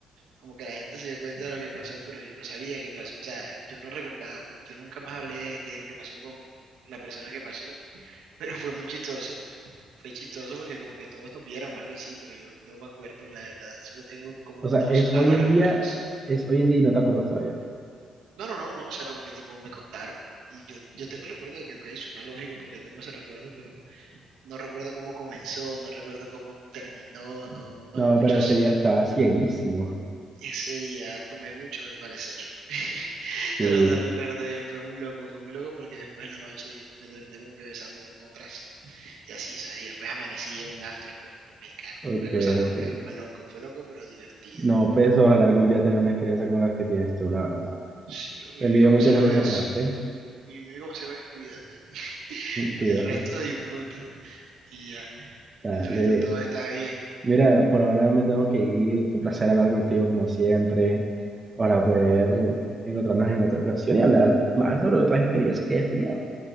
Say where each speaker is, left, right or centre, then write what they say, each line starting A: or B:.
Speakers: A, on the right; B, on the right.
A: Como que la gente se dio cuenta de lo que pasó, pero yo no sabía qué pasó. O sea, yo no recordaba, pues, yo nunca más hablé de, de lo que pasó con la persona que pasó, <laughs> pero fue muy chistoso. Fue chistoso porque como que todos nos vieron o algo así, pero yo no me acuerdo, la verdad. Solo tengo como
B: O
A: dos
B: sea, es
A: vagos
B: hoy en
A: recuerdos.
B: día, es hoy en día y no te acuerdas todavía.
A: No, no, no, no. O sea, como que tipo me contaron. Y yo, yo tengo el recuerdo de que, ok, suena lógico porque tengo ese recuerdo, pero no recuerdo cómo comenzó, no recuerdo cómo terminó, no, no
B: No,
A: muchos.
B: pero ese día estaba cieguísimo.
A: Ese día tomé mucho, al parecer. <laughs>
B: Sí,
A: Pero te recuerdo bien, fue muy loco, fue muy loco porque después en la noche me terminé como que besando con otras y así, ¿sabes? Y después amanecí en un after con unos mexicanos.
B: ok,
A: Fue una cosa loca,
B: ok.
A: fue loco, fue loco, pero divertido.
B: No, pues ojalá algún día tener una experiencia como la que tienes tú, la verdad.
A: Sí, bro, mi
B: Te
A: único
B: envidio
A: consejo
B: mucho por esa
A: es,
B: parte.
A: mi único consejo es cuídate.
B: Cuidado.
A: Y el resto disfruta. Y ya,
B: Dale.
A: el resto todo está bien.
B: Mira, por ahora me tengo que ir. Fue un placer hablar contigo como siempre, para poder encontrarnos en otra ocasión y hablar más sobre otras experiencias que hayas tenido,